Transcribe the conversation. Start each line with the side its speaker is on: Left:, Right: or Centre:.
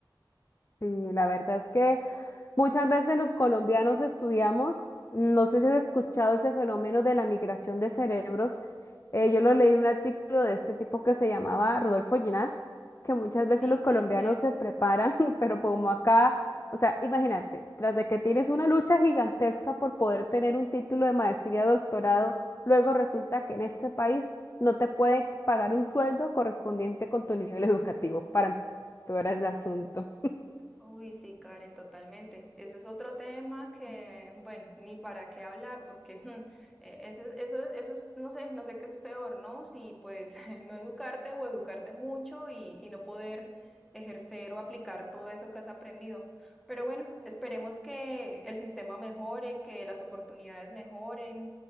Left: Sí, la verdad es que muchas veces los colombianos estudiamos, no sé si has escuchado ese fenómeno de la migración de cerebros, Eh, yo lo leí en un artículo de este tipo que se llamaba Rodolfo Ginás, que muchas
Centre: Sí,
Left: veces los
Centre: sí,
Left: colombianos se preparan, <laughs> pero como acá, o sea, imagínate, tras de que tienes una lucha gigantesca por poder tener un título de maestría o doctorado, luego resulta que en este país no te pueden pagar un sueldo correspondiente con tu nivel educativo para empeorar el asunto.
Centre: Uy, sí, Karen, totalmente. Ese es otro tema que, bueno, ni para qué hablar, porque <laughs> eh, eso, eso, eso es, no sé, no sé qué es peor, ¿no? Si pues <laughs> no educarte o educarte mucho y, y no poder ejercer o aplicar todo eso que has aprendido. Pero bueno, esperemos que el sistema mejore, que las oportunidades mejoren,